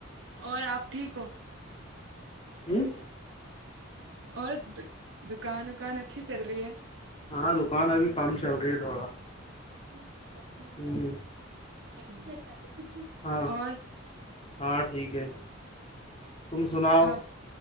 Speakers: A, on the right; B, on the left.
A: اور آپ ٹھیک ہو
B: ہوں
A: اور دکان وکان اچھی چل رہی ہے
B: ہاں دکان ابھی کم چل رہی ہے تھوڑا
A: <unintelligible>
B: ہ ہاں
A: اور
B: ہاں ٹھیک ہے تم سناؤ
A: ہم